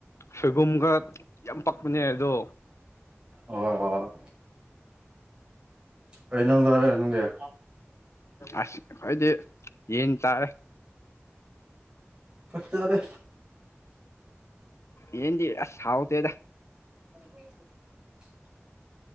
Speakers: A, on the left; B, on the right.
A: ꯁꯣꯏꯕꯨꯝꯒ ꯌꯥꯝ ꯄꯛꯄꯅꯦ ꯑꯗꯣ
B: ꯍ ꯍꯣꯏ ꯀꯩꯅꯣꯗꯔꯦꯉꯣꯗ
A: ꯑꯁ ꯍꯥꯏꯗꯤ ꯌꯦꯟ ꯇꯥꯔꯦ
B: ꯐꯠꯇꯔꯦ
A: ꯌꯦꯟꯗꯤ ꯑꯁ ꯁꯥꯎ ꯇꯦꯗ
B: <inaudible>